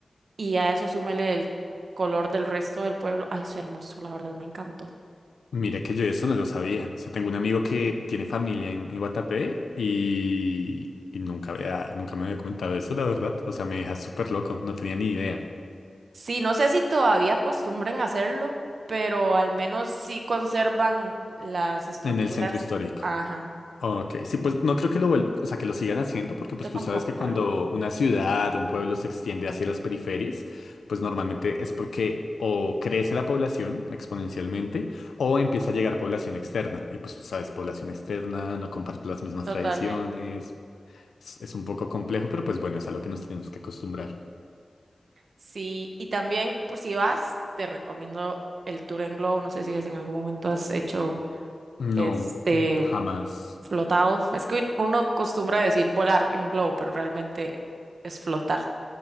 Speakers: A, on the right; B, on the left.
A: y a eso súmele el color del resto del pueblo. Ay, es hermoso, la verdad, me encantó.
B: mira que yo eso no lo sabía. O sea, tengo un amigo que tiene familia en, en Guatapé y, y nunca había, nunca me había comentado eso, la verdad. O sea, me deja súper loco. No tenía ni idea.
A: Sí, no sé si todavía acostumbren a hacerlo, pero al menos sí conservan las estructuras.
B: En el centro histórico.
A: Ajá,
B: Ok, sí, pues no creo que lo vuel- o sea, que lo sigan haciendo, porque pues
A: yo
B: tú
A: tampoco
B: sabes que
A: creo,
B: cuando una ciudad o un pueblo se extiende hacia las periferias, pues normalmente es porque o crece la población exponencialmente o empieza a llegar población externa. Y pues tú sabes, población externa no comparte las mismas
A: totalmente.
B: tradiciones, es, es un poco complejo, pero pues bueno, es a lo que nos tenemos que acostumbrar.
A: Sí, y también, pues si vas, te recomiendo el tour en globo. No sé si en algún momento has hecho
B: No,
A: este
B: jamás.
A: flotado. Es que uno acostumbra a decir volar en un globo, pero realmente es flotar.